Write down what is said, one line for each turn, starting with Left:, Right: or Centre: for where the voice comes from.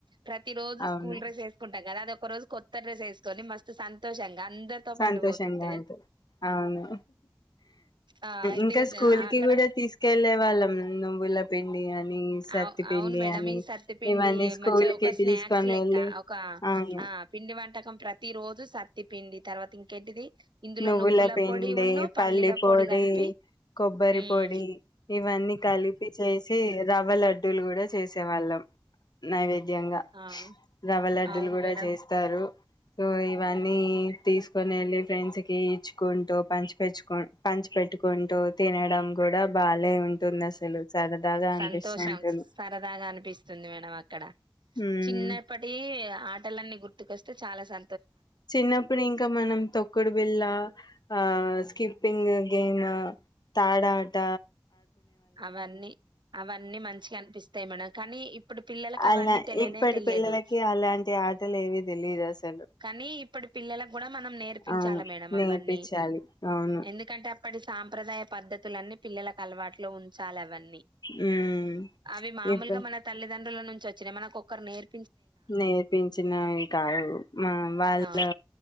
Right: ప్రతి రోజు
Left: అవును
Right: స్కూల్ డ్రెస్ వేసుకుంటాం కదా అద ఒక రోజు కొత్తడ్రెస్ వేసుకొని మస్త్ సంతోషంగా అందరితో
Left: సంతోషంగా
Right: పాటు పోతుంటే
Left: ఉంటుంది అవును
Right: ఆ అయితే
Left: ఇంకా
Right: కదా
Left: స్కూల్
Right: అక్కడ
Left: కి కూడా తీసుకెళ్ళే వాళ్ళం నువ్వుల పిండి అని సత్తి
Right: అవు
Left: పిండి
Right: అవును మేడం
Left: అని
Right: ఈ సత్తిపిండి
Left: ఇవన్నీ స్కూల్కి
Right: మంచిగా ఒక స్నాక్స్
Left: తీసుకొని
Right: లెక్క
Left: వెళ్ళి
Right: ఒక
Left: అవును
Right: ఆ పిండి వంటకం ప్రతి రోజు సర్తి పిండి తర్వాత ఇంకేంటిది ఇందులో
Left: నువ్వుల పిండి
Right: పొడి ఉన్ను పల్లీల
Left: పల్లి పొడి
Right: కలిపి
Left: కొబ్బరి
Right: ఉమ్
Left: పొడి ఇవన్నీ కలిపి చేసి రవ్వ లడ్డూలు కూడా చేసే వాళ్ళం నైవ ధ్యంగా
Right: ఆ
Left: రవ లడ్డులు
Right: అవును
Left: కూడా
Right: మేడం
Left: చేస్తారు సో ఇవన్నీ తీసుకొని వెళ్ళి ఫ్రెండ్స్ కి ఇచ్చుకుంటూ పంచి పెచ్చుకు పంచి పెట్టుకుంటూ తినడం కూడా బాాలే ఉంటుంది అసలు సరదాగా అనిపిస్తూ
Right: సంతోషం
Left: ఉంటుంది
Right: సరదాగా అనిపిస్తుంది మేడం అక్కడ
Left: ఉమ్
Right: చిన్నప్పటి ఆటలన్నీ గుర్తుకొస్తే చాలా స
Left: చిన్నప్పుడు ఇంకా మనం తొక్కుడు బిల్ళ ఆ స్కిప్పింగ్ గేమ్ తాడా ఆట
Right: అవన్నీ అవన్నీ మంచిగా అనిపిస్తా మన కానీ ఇప్పుడు పిల్లలకి
Left: అలా
Right: అవన్నీ తెలియనే
Left: ఇప్పటి
Right: తెలియదు
Left: పిల్లలకి అలాంటి ఆటలు ఏవ తెలీదు అసలు
Right: కానీ ఇప్పుడు పిల్లలకు కూడా మనం నేర్పించాలి
Left: అవును
Right: మేడం
Left: నేర్పించాలి
Right: అవన్నీ
Left: అవును
Right: ఎందుకంటే ఇప్పడి సాంప్రదాయ పద్ద్దతులన్నీ పిల్లలకు అలవాటులో ఉంచాలి అవన్నీ
Left: ఉమ్
Right: వి అవి మామూలుగా
Left: ఇప్పు
Right: మన తల్లిదండ్రుల నుంచి వచ్చిన మనకుక్కరు నేర్
Left: నేర్పించినవి కా వాళ్ళు
Right: ఆ